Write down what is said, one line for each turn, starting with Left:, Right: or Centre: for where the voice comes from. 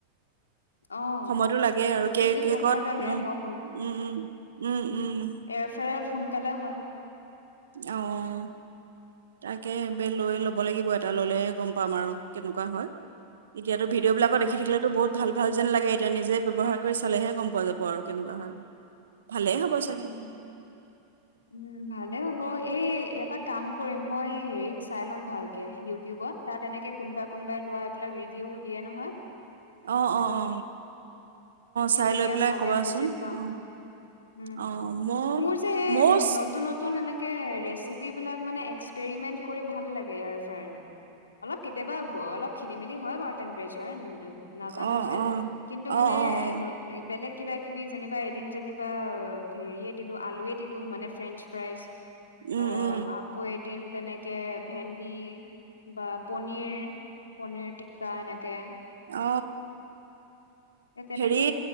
Left: অ
Right: সময়তো লাগে আৰু
Left: অতিজিত
Right: কেক কেকত
Left: সময় লাগে
Right: উম,
Left: মই
Right: উম, উম, উম, উম।
Left: এয়াৰফ্ৰায়াৰত সোনকালে হয়।
Right: অ'। তাকে বে লৈ ল'ব লাগিব এটা, ল'লে গ'ম পাম আৰু কেনেকুৱা হয়। এতিয়াটো ভিডিঅ' বিলাক
Left: উম
Right: দেখি থাকিলেতো বহুত ভাল ভাল যেন লাগে এতিয়া নিজে ব্যৱহাৰ কৰি চালেহে গম পোৱা যাব আৰু কেনেকুৱা হয়, ভালে হ'ব চা
Left: উ উম, ভালে হ'ব এই এটা কাম কৰিম মই হেৰিত চাই ল'ম ভালকে ইউটিউবত তাত এনেকে কোনোবাই-কোনোবাই লোৱা এইবিলাক ৰিভিউ দিয়ে নহয়
Right: অ অ অ
Left: সেই
Right: চাই
Left: তেতিয়া
Right: লৈ পেলাই
Left: চালে
Right: কবাচোন
Left: বুজি পাম।
Right: অ',
Left: উম,
Right: অ', মই
Left: মোৰ যে এই
Right: ময়ো
Left: নতুনত এনেকে ৰেচিপ বিলাক মানে এক্সপেৰিমেন্ট কৰি ভাল লাগে এয়াৰ ফ্ৰায়াৰত অলপ কেতিয়াবা অলপ খেলি-মেলি হয় বাৰু টেম্পেৰেচাৰ নাজানো
Right: অ',
Left: যে,
Right: অ',
Left: কিন্তু মানে
Right: অ', অ', অ',
Left: বেলেগ কিবা-কিবি যেনিবা এদিন যেনিবা হেৰিয়ে দিলো আলুয়ে দিলো মানে ফ্ৰেন্ঞ্চ ফ্ৰাইজ
Right: উম,
Left: আহ,
Right: উম,
Left: আকৌ এদিন তেনেকে ভেন্দি। বা পনীৰে পনীৰ টিক্কা এনেকে
Right: অ',
Left: এ তেনেক
Right: এই